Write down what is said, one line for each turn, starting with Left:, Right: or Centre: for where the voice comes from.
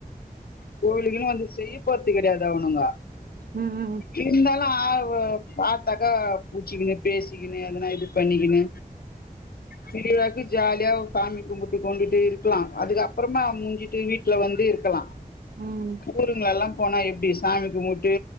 Left: கோவிலுக்கூ வந்து செய்ய போத் கெடையாது அவனுங்கோ
Right: ம் ம்
Left: இருந்தாலு பாவ பாத்தாக்கா புச்சிக்கினு பேசிக்கினு எதனா இது பண்ணிக்கினு சிரிய வாக்கி ஜாலியா சாமி கும்பிட்டு கொண்டுட்டு இருக்கலா அதுக்கப்றமா முடிஞ்சிட்டு வீட்ல வந்து இருக்கலா
Right: ம்
Left: ஊருங்ள எல்லாம் போனா எப்டி சாமி கும்முட் டு